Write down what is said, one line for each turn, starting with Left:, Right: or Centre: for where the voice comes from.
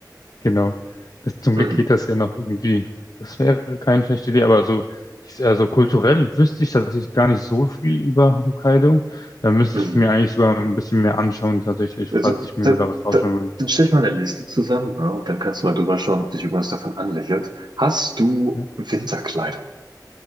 Left: Genau. Das, zum
Right: Mhm,
Left: Glück geht das ja noch irgendwie. Das wäre keine schlechte Idee, aber so, ich, also kulturell wüsste ich tatsächlich gar nicht so viel über Hokkaido. Da müsste
Right: mhm.
Left: ich mir eigentlich sogar ein bisschen mehr anschauen, tatsächlich,
Right: Also,
Left: falls ich mir
Right: da,
Left: da was rausschauen
Right: da,
Left: will.
Right: dann stell ich mal eine Liste zusammen, ne? Und dann kannst du mal drüber schauen, ob dich irgendwas davon anlächelt. Hast du
Left: Ja.
Right: Winterkleidung?